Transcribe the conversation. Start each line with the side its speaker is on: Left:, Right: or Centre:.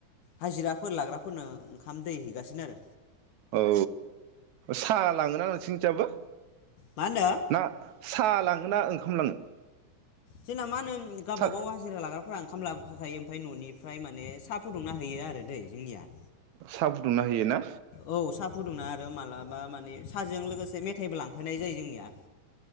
Left: हाजिराफोर लाग्राफोरनो ओंखाम दै हैगासिनो आरो
Right: औ साहा लाङोना नोंसिनिथिंजाबो
Left: मा होनो
Right: ना साहा लाङो ना ओंखाम लाङो।
Left: जोंना मा होनो। गावबा
Right: सा
Left: गाव हाजिरा लाग्राफोरा ओंखाम लाबो हरफा खायो ओमफाय न'निफ्राय माने सा फुंदुंना हैयो आरो दै जोंनिया।
Right: सा फुदुंना हैयो ना।
Left: औ साहा फुदुंना मालाबा माने साजों लोगोसे मे थाइबो लांफानाय जायो जोंनिया।